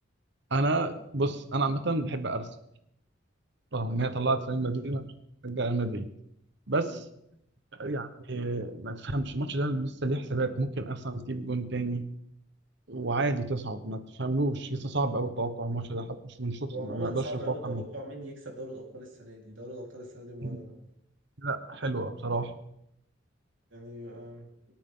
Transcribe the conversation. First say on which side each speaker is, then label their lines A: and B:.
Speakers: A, on the right; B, on the right.
A: انا بص انا عامه بحب ارسنال رغم ان هي طلعت
B: اه
A: ريال مدريد انا مش بشجع ريال مدريد بس
B: امم.
A: يعني ما تفهمش الماتش ده لسه ليه حسابات ممكن ارسنال تجيب جون تاني وعادي تصعد ما تفهملوش لسه صعب قوي التوقع الماتش ده حتى مش من شوط
B: وعموما
A: ما ما اقدرش
B: صعب
A: اتوقع
B: قوي التوقع
A: من
B: مين يكسب دوري الابطال السنه دي دوري الابطال السنه دي مولع
A: <laughs> لا حلوه بصراحه
B: يعني آم،